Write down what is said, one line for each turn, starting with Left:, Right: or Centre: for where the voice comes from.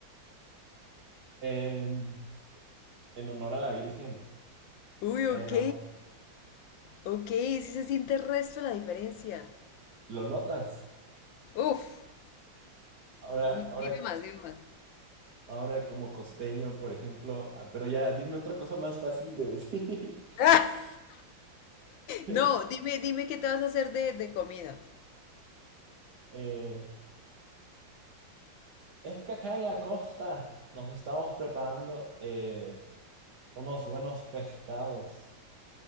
Right: em, en honor a la Virgen,
Left: Uy,
Right: pero
Left: ok. Ok, sí se siente el resto la diferencia.
Right: lo notas.
Left: Uf,
Right: Ahora,
Left: mu-
Right: ahora
Left: dime más, dime más. <laughs>
Right: Ahora como costeño, por ejemplo, ah, pero ya dime otra cosa más fácil de decir.
Left: ¡Ah!
Right: <laughs>
Left: No, dime, dime qué te vas a hacer de, de comida.
Right: Eh, es que acá en la costa nos estamos preparando eh, unos buenos pescados.